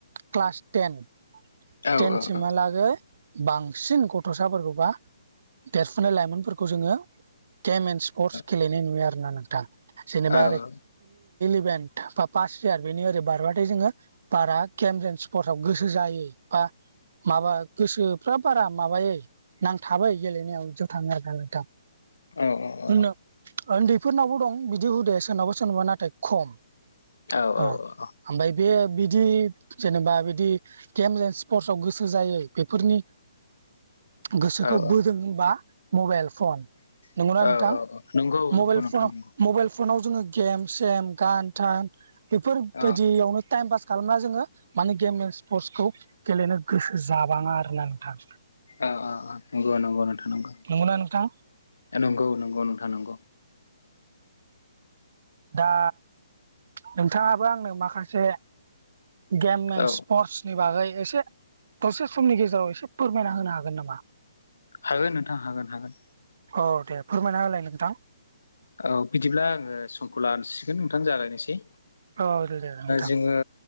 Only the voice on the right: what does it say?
क्लास टेन
ट्रेनसिहालागै
बांसिन गथ'साफोरखौ बा देरफुनाय लाइमोनफोरखौ जोंङो केेम एन् स्पर्टस गेलेनाय
नुयो आरो ना नोंथां जेनेबा
इभेट बा पास हार बेनि ओरै बारबाथाय जोंङो बारा गेमस एन्ड स्पर्टसआव गोसो जायो बा माबा गोसो फाब बारा माबायोै नांथाबाय गेलेनायाव ज' थांङो आरो आदा
होन उन्दैफोरनावबो दं बिदि हुदाया सोरनावबा सोरनावबा नाथाय खम
ओ
ओमफ्राय बे बिदि जेनेबा बिदि गेम्स एन्ड स्पर्टसआव गोसो जायो बेफोरनि गोसोखौ
बोदों होनबा मबाइल फन नंगौना
नोंथां
मबाइल
फन
मबाइल फनाव जोंङो गेम सेम गान थान बेफोरबायदियावनो
टाइम पास खालामना जोङो माने गेम एन्ड स्पर्टसखौ गेलेनो गोसो जाबाङा आरो ना नोंथां
नंगौना नोंथां
दा नोंथांङाबो आंनो माखासे गेम एन्ड
स्पर्ट्स नि बागै एसे दसे समनि गेजेराव एसे फोरमायना होनो हागोन नामा
औ दे फोरमायना होलाय नोंथां
औ दे दे नोंथां